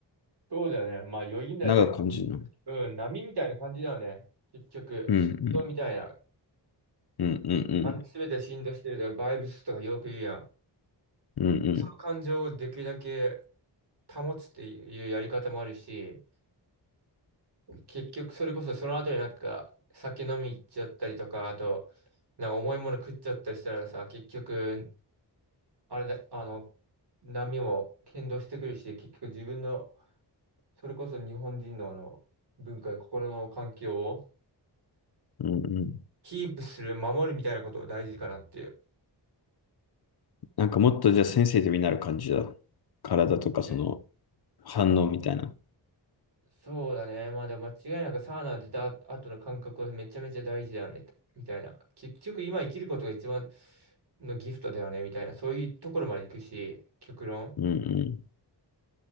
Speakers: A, on the right; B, on the left.
A: そうだよね。まあ余韻だで、
B: 長く感じるの。
A: うん、波みたいな感じだよね。結局、
B: うんうん。
A: 振動みたいな。
B: うんうんうん。
A: あの、すべて振動してるとか、バイブスとかよく言うやん。
B: うんうん。
A: その感情をできるだけ保つっていうやり方もあるし、結局それこそその後になんか酒飲み行っちゃったりとか、あと、なんか重いもの食っちゃったりしたらさ、結局、あれだ、あの、波も剣道してくるし、結局自分の、それこそ日本人のあの、文化や心の環境を
B: うんうん。
A: キープする、守るみたいなことを大事かなっていう。
B: なんかもっとじゃあセンシティブになる感じだ。体とかその
A: え
B: 反応みたいな。
A: そうだね。まあでも間違いなくサウナ出た後の感覚はめちゃめちゃ大事だよね。みたいな。結局今生きることが一番のギフトだよね。みたいな。そういうところまで行くし、極論。
B: うんうん。